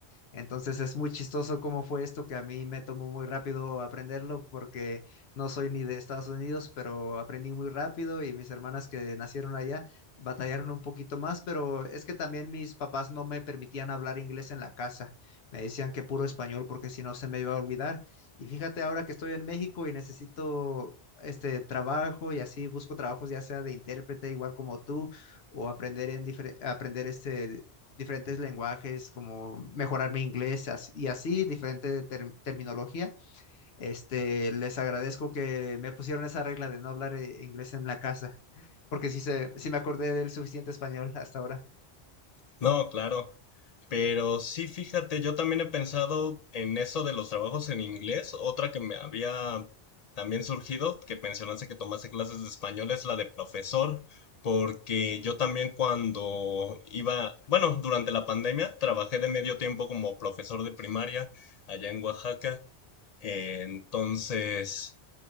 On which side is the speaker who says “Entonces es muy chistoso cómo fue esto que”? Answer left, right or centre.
Left